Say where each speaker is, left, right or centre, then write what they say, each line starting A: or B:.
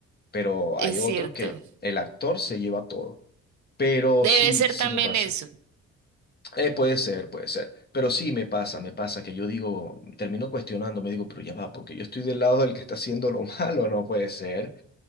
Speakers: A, on the left; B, on the right.
A: Pero
B: Es
A: hay otros
B: cierto.
A: que el actor se lleva todo. Pero
B: Debe
A: sí,
B: ser
A: sí
B: también
A: me pasa.
B: eso.
A: Eh, puede ser, puede ser. Pero sí me pasa, me pasa que yo digo, termino cuestionando, me digo, pero ya va, porque yo estoy del lado del que está haciendo lo <laughs> malo, no puede ser.